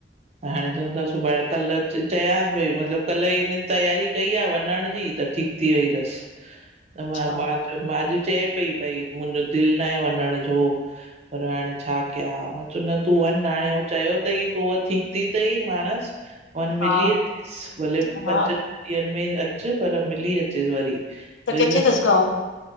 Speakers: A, on the right; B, on the left.
A: त हाणे चवण था सुभाणे। कल चयांस पई मतलब, कल हिन तैयारी कई आ वञण जी त ठीक थीवई तस त
B: अच्छा
A: मां, मां चयो, मां अॼु चए पई भाई, मुंहिंजो दिल न आहे वञण जो। पर हाणे छा कयां? मां चयो न, तूं वञ न <unintelligible> हाणे़ वो चयो तईं त, व ठीक थी तईं माण़स। वन,
B: हा
A: मिली अचेस। भले
B: हा
A: पंज छह़ ॾींहंनि में अच। पर मिली अचेस वरी।
B: त
A: वरी
B: किथे
A: न
B: तस गांव?